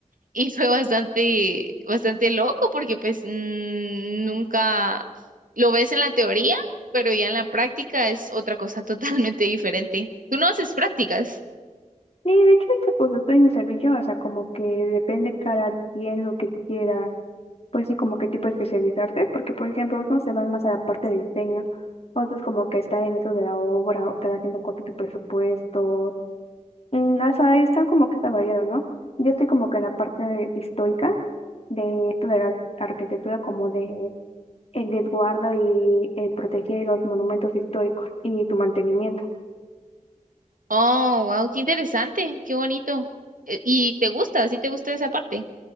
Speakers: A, on the right; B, on the left.
A: y fue bastante, bastante loco porque pues mm, nunca lo ves en la teoría, pero ya en la práctica es otra cosa <laughs> totalmente diferente. ¿Tú no haces prácticas?
B: Sí, de hecho, ahorita, pues estoy en mi servicio, o sea, como que depende cada quien lo que quiera pues sí, como qué tipo de especializarte, porque por ejemplo, unos se van más a la parte de diseño, otros como que estar en eso de la obra o estar haciendo cosas de presupuestos, mm, o sea, ahí están como que está variado, ¿no? Yo estoy como que en la parte histórica de esto de la arquitectura, como de el desguardo y el proteger los monumentos históricos y tu mantenimiento.
A: Oh, wow, qué interesante, qué bonito. Eh, ¿Y te gusta? ¿Sí te gusta esa parte?